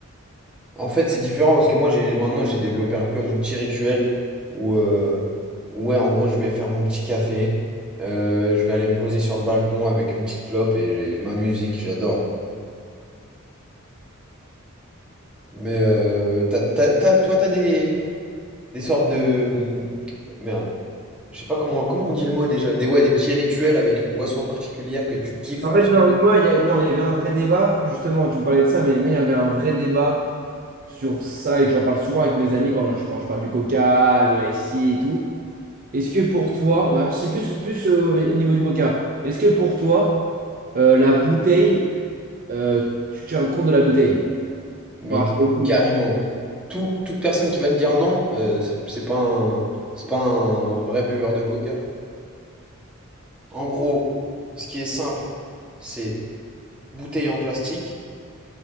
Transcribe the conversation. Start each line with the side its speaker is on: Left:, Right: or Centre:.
Centre: En fait, c'est différent parce que moi, j'ai maintenant, j'ai développé un peu mon petit rituel où, euh, ouais, en gros, je vais faire mon petit café, euh, je vais aller me poser sur le balcon avec une petite clope et, et ma musique, j'adore. Mais euh, t'as- t'as- t'as- toi, t'as des, des sortes de... hum, Merde. Je sais pas comment, comment on dit le mot déjà. Des, ouais, des petits rituels avec une boisson particulière que tu kiffes
Right: En
Centre: particulièrement.
Right: fait, non, moi, il y a- non, il y avait un vrai débat, justement, tu me parlais de ça, mais moi, il y avait un vrai débat sur ça et que j'en parle souvent avec mes amis quand je, quand je parle du coca, de l'IC et tout. Est-ce que pour toi, bah, c'est plus, plus euh, au niveau du coca, est-ce que pour toi, euh, la bouteille, euh, tu tiens compte de la bouteille
Centre: Mais,
Right: par rapport
Centre: mais
Right: au goût?
Centre: carrément. Tout- toute personne qui va te dire non, euh, c'est c'est pas un, c'est pas un vrai buveur de coca. En gros, ce qui est simple, c'est bouteille en plastique.